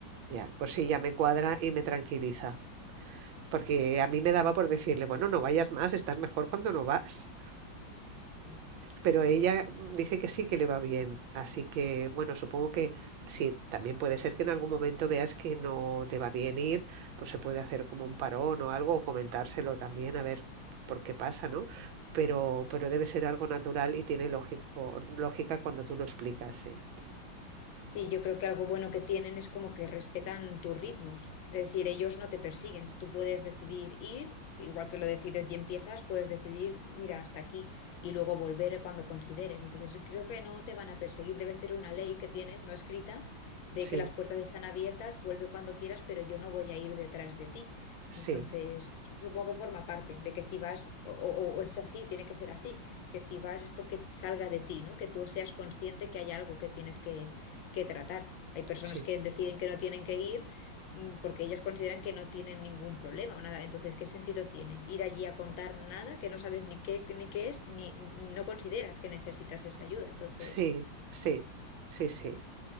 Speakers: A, on the right; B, on the left.
A: ya. Pues sí, ya me cuadra y me tranquiliza. Porque a mí me daba por decirle, bueno, no vayas más, estás mejor cuando no vas.
B: Sí,
A: Pero ella mm, dice que sí que le va bien. Así que, bueno, supongo que sí, también puede ser que en algún momento veas que no te va bien ir, pues se puede hacer como un parón o algo, o comentárselo también a ver por qué pasa, ¿no? Pero, pero debe ser algo natural y tiene lógico, lógica cuando tú lo explicas, ¿eh?
B: Sí, yo creo que algo bueno que tienen es como que respetan tus ritmos. Es decir, ellos no te persiguen. Tú puedes decidir ir, igual que lo decides y empiezas, puedes decidir, mira, hasta aquí y luego volver cuando consideres. Entonces, creo que no te van a perseguir. Debe ser una ley que tienen, no escrita, de
A: Sí,
B: que las puertas están abiertas, vuelve cuando quieras, pero yo no voy a ir detrás de ti.
A: sí,
B: Entonces, supongo que forma parte de que si vas, o, o- o es así, tiene que ser así, que si vas es porque salga de ti, ¿no? Que tú seas consciente que hay algo que tienes que, que tratar. Hay personas
A: sí.
B: que deciden que no tienen que ir mm, porque ellas consideran que no tienen ningún problema o nada. Entonces, ¿qué sentido tiene ir allí a contar nada que no sabes ni qué, ni qué es, ni ni no consideras que necesitas esa ayuda? Entonces...
A: Sí, sí, sí, sí.